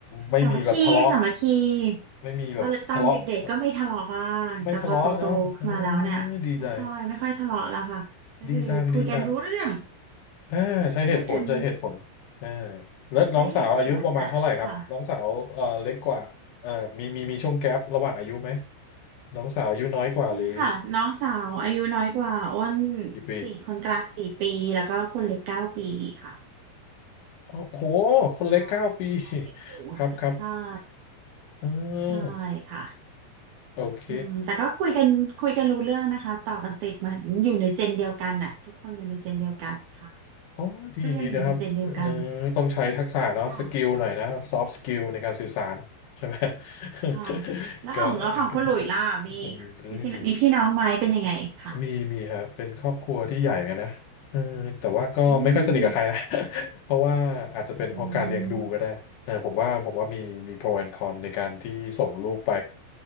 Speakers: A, on the left (about 90°); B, on the right (about 75°).
A: ไม่มีแบบทะเลาะ
B: สามัคคีสามัคคี
A: ไม่มีแบบทะเลาะเอ่อ
B: ตอนตอนเด็กๆก็ไม่ทะเลาะบ้างแต่พอโตๆขึ้นมาแล้วเนี่ยไม่ค่อยไม่ค่อยทะเลาะแล้วค่ะก็คือคุยกันรู้เรื่อง
A: ไม่ทะเลาะเนอะเออดีใจดีจังดีจังอ่าใช้เหตุผล
B: ช่วยกัน
A: ใช้เหตุผลอ่าแล้วน้องสาวอายุประมาณเท่าไหร่ครับ
B: ใช้เหตุผลอ่ะค่ะ
A: น้องสาวเอ่อเล็กกว่าเอ่อมีมีมีช่วงแกประหว่างอายุไหม น้องสาวอายุน้อยกว่าหรือ
B: มีค่ะน้องสาวอายุน้อยกว่าอ้น
A: กี่ปี
B: สี่คนกลางสี่ปีแล้วก็คนเล็กเก้าปีค่ะ
A: โอ้โห คนเล็กเก้าปี
B: ก
A: <laughs>
B: ็กันอยู่ <laughs>
A: ครับครับ
B: ใช่
A: เออ
B: ใช่ค่ะ
A: โอเค
B: อืมแต่ก็คุยกันคุยกันรู้เรื่องนะคะต่อกันติดเหมือนอยู่ในเจนเดียวกันน่ะทุกคนอยู่ในเจนเดียวกันค่ะ
A: โอ้ดีดีนะครับเออ
B: ทุกอย่างอยู่ในเจนเดียวกัน
A: ต้องใช้ทักษะเนาะสกิลหน่อยนะซอฟต์สกิลในการสื่อสารใช่ไหม
B: ค่ะค่ะ
A: <laughs>
B: แล้วของแล้วของคุณหลุยล่ะมี
A: ก็ก็เป็นเรื่องที่ดี
B: พี่มีพี่น้องไหมเป็นยังไงค่ะ
A: มีมีฮะเป็นครอบครัวที่ใหญ่เหมือนกันนะเออแต่ว่าก็ไม่ค่อยสนิทกับใครนะ
B: อืม
A: <laughs> เพราะว่าอาจจะเป็นเพราะการเลี้ยงดูก็ได้เออผมว่าผมว่ามีมี
B: อืม
A: pro and con ในการที่ส่งลูกไป